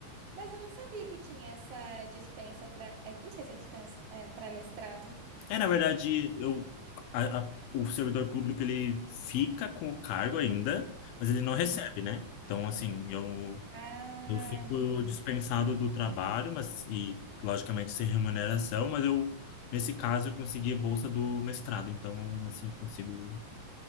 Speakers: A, on the right; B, on the left.
A: Mas eu não sabia que tinha essa dispensa para. Não sei se é dispensa, é, para mestrado.
B: É, na verdade, eu, a- a- o servidor público ele fica com o cargo ainda, mas ele não recebe,
A: Hum.
B: né? Então, assim, eu,
A: Ah,
B: eu fico
A: entendi.
B: dispensado do trabalho, mas e logicamente sem remuneração, mas eu nesse caso eu consegui a bolsa do mestrado, então assim eu consigo.